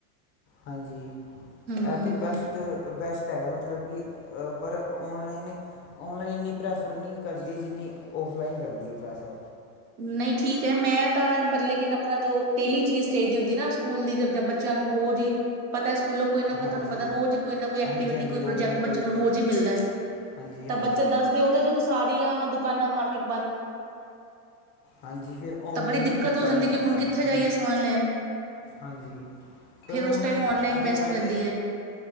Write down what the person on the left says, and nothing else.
ਹਾਂਜੀ ਇਹ
ਤੇ ਬੈਸਟ ਬੈਸਟ ਹੈਗਾ ਮਤਲਬ ਕਿ ਪਰ ਔਨਲਾਈਨ ਔਨਲਾਈਨ ਇੰਨੀ ਪ੍ਰੈਫਰ ਨਹੀਂ ਕਰਦੀ ਜਿਨੀ ਔਫਲਾਈਨ ਕਰਦੀ ਪ੍ਰੈਫਰ
ਹਾਂਜੀ
ਹਾਂਜੀ ਹਾਂਜੀ
ਰੋਜ਼
ਨਾ
ਨਾ
ਕੋਈ
ਹਾਂਜੀ
ਹਾਂਜੀ
ਹਾਂਜੀ ਫਿਰ ਓਨਲਾਈਨ
ਹੀ
ਕੰਮ
ਆਂਦਾ
ਐ,
ਹਾਂਜੀ‌। ਫਿਰ ਹੁਣ,
ਅੱਜ-ਕੱਲ
ਤੇ